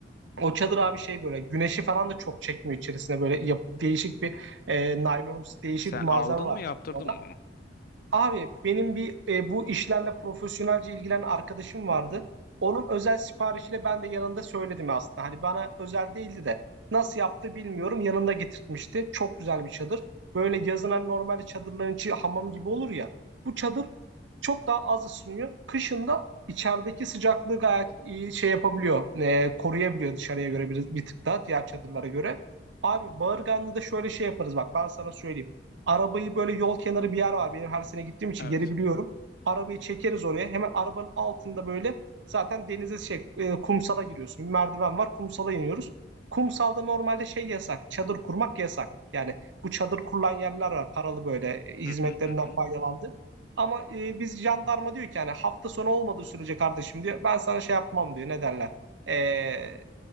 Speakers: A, on the right; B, on the left.
A: o çadır abi şey böyle güneşi falan da çok çekmiyor içerisine böyle yap- değişik bir e, naylonumsu değişik
B: Sen
A: bir malzeme
B: aldın
A: var
B: mı yaptırdın
A: çadırda.
B: mı onu?
A: Abi benim bir e, bu işlerle profesyonelce ilgilenen arkadaşım vardı.
B: Hı hı.
A: Onun özel siparişiyle ben de yanında söyledim aslında. Hani bana özel değildi de nasıl yaptı bilmiyorum. Yanında getirtmişti. Çok güzel bir çadır. Böyle yazın hani normalde çadırların içi hamam gibi olur ya. Bu çadır çok daha az ısınıyor. Kışın da içerideki sıcaklığı gayet iyi şey yapabiliyor. e, koruyabiliyor dışarıya göre bir, bir tık daha diğer çadırlara göre. Abi Bağırganlı'da şöyle şey yaparız bak ben sana söyleyeyim. Arabayı böyle yol kenarı bir yer var. Benim her sene gittiğim için
B: Evet.
A: geri biliyorum. Arabayı çekeriz oraya. Hemen arabanın altında böyle zaten denize şey e, kumsala giriyorsun. Bir merdiven var. Kumsala iniyoruz. Kumsalda normalde şey yasak. Çadır kurmak yasak. Yani bu çadır kurulan yerler var. Paralı böyle e,
B: Hı
A: hizmetlerinden
B: hı hı hı.
A: faydalandı. Ama e, biz jandarma diyor ki yani hafta sonu olmadığı sürece kardeşim diyor. Ben sana şey yapmam diyor. Ne derler? E,